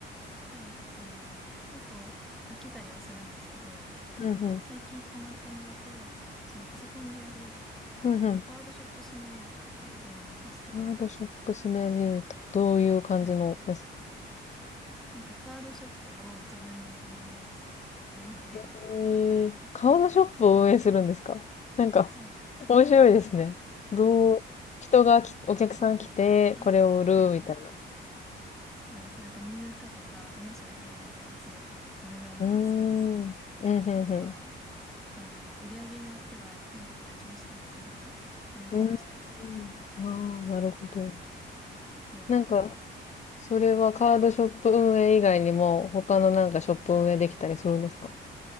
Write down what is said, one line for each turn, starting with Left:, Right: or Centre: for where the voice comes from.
Centre: はい。あの、結構あ飽きたりはするんですけど、
Left: うんうん。
Centre: 最近ハマったのだと、そのパソコンでやる
Left: うんうん。
Centre: カードショップシミュレーターっていうゲームなんですけど、
Left: カードショップ閉めれると。どういう感じのです。
Centre: はい。なんかカードショップを自分で運営していくゲームで、
Left: ええ顔のショップを運営するんですかなんか、
Centre: うんはい。
Left: 面白いですね。どう、人がき、お客さん来て、
Centre: なん、あ、
Left: これを売る、
Centre: はい。
Left: みたいな。
Centre: そうです。なんか入荷とか、どの商品を入荷するか、どのぐらい入荷するかとか、
Left: うん。うーん。うん、うん、
Centre: あとは、
Left: うん。
Centre: あの、売り上げによっては店舗拡張していったり、棚増やしたりとか、
Left: うん。うーん。ああ、なるほど。
Centre: できるような。
Left: なんか、それはカードショップ運営以外にも、他のなんかショップ運営できたりするんですか